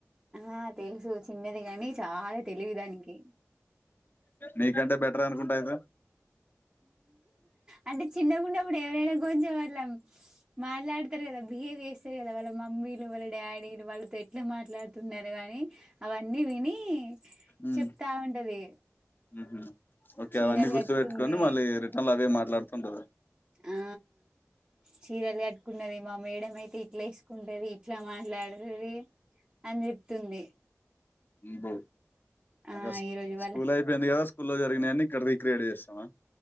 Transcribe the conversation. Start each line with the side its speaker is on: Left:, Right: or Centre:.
Right: ఆ తెలుసు చిన్నది గానీ చాలా తెలివి దానికి
Left: నీకంటే బెటర్ అనుకుంటా అయితే
Right: అంటే చిన్నగున్నప్పుడు ఎవరైనా కొంచెం అట్ల మాట్లాడతారు కదా బిహేవ్ చేస్తారు కదా వాళ్ళ మమ్మీలు వాళ్ళ డాడీలు వాళ్ళతో ఎట్లా మాట్లాడుతున్నారు కానీ అవు అన్ని విని
Left: ఉమ్,
Right: చెప్తా ఉంటది
Left: ఉహు. ఓకే
Right: చీరలు
Left: అవ్వన్ని గుర్తుపెట్టుకొని
Right: కట్టుకుంది
Left: మళ్ళీ రిటర్న్లో అవే మాట్లాడ తొందర
Right: ఆ చీరల కట్టు కున్నది మా మేడం అయితే ఇట్లా వేసుకుంటది ఇట్లా మాట్లాడది అని చెప్తుంది
Left: ఈబో
Right: ఆ
Left: అగసు
Right: ఈరోజు వాళ్ళ
Left: స్కూల్ అయిపోయింది గదా స్కూల్లో జరిగినవన్నన్ని ఇక్కడ రీక్రియట్ చేస్తావా